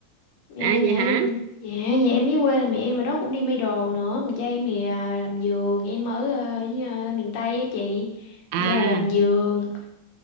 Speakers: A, on the left (about 45°); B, on the right (about 50°).
A: nhà,
B: à
A: nhà
B: vậy
A: em
B: hả
A: dạ nhà em dưới quê là mẹ em ở đó cũng đi may đồ nữa còn cha em thì à, làm giường em ở ờ, dưới, ờ, miền Tây á chị
B: à
A: nghĩa là làm giường